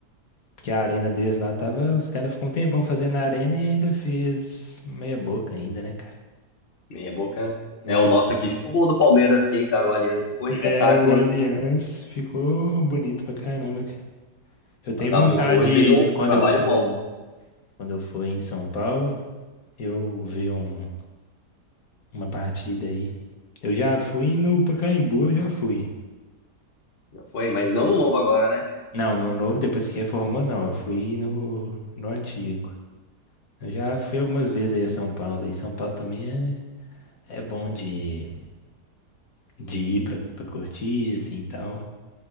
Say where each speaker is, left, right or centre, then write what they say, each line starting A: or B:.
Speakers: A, on the left; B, on the left.
A: porque a arena deles lá tava, os caras ficam um tempão fazendo a arena e ainda fez meia boca ainda, né, cara?
B: Meia boca, né?
A: É,
B: É, o nosso
A: mas-
B: aqui ficou bom do Palmeiras aqui, hein, cara? O Allianz ficou um espetáculo,
A: é, o Allianz
B: hein?
A: ficou bonito pra caramba, cara. Eu tenho
B: A W
A: vontade,
B: Torre fez um
A: quando
B: trabalho
A: eu for,
B: bom.
A: quando eu for em São Paulo, Eu vi um- uma partida aí. Eu já fui no Pacaembu, eu já fui.
B: Já foi, mas não no novo agora, né?
A: Não, no novo, depois que reformou, não. Eu fui no, no antigo. Eu já fui algumas vezes aí a São Paulo. E São Paulo também é, é bom de, de ir pra, pra curtir, assim e tal.